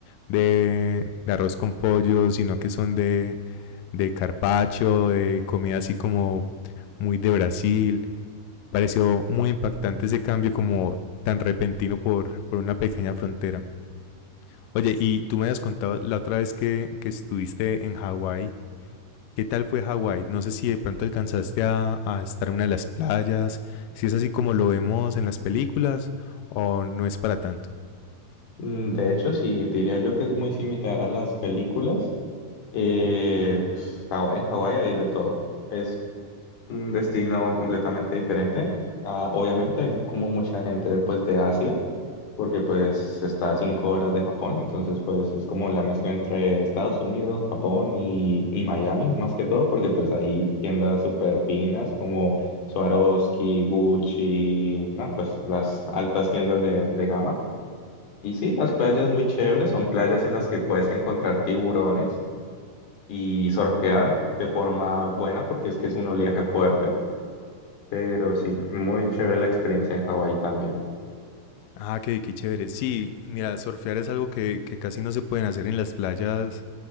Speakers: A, on the left; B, on the left.
A: de, de arroz con pollo, sino que son de, de carpacho, de comida así como muy de Brasil. Pareció muy impactante ese cambio como tan repentino por, por una pequeña frontera. Oye, y tú me habías contado la otra vez que, que estuviste en Hawái. ¿Qué tal fue Hawái? No sé si de pronto alcanzaste a, a estar en una de las playas, si es así como lo vemos en las películas o no es para tanto.
B: Mm, De hecho, sí, diría yo que es muy similar a las películas. Eh, Haw- en Hawái hay de todo. Es un destino completamente diferente. Ah, obviamente hay como mucha gente pues de Asia. porque pues está a cinco horas de Japón, entonces pues es como la mezcla entre Estados Unidos, Japón y, y Miami, más que todo, porque pues hay tiendas súper finas como Swarovski, Gucci, no, pues las altas tiendas de, de gama. Y sí, las playas muy chéveres, son playas en las que puedes encontrar tiburones y surfear de forma buena, porque es que es un oleaje fuerte, pero sí, muy chévere la experiencia en Hawái también.
A: Ah, qué, qué chévere. Sí, mira, surfear es algo que, que casi no se pueden hacer en las playas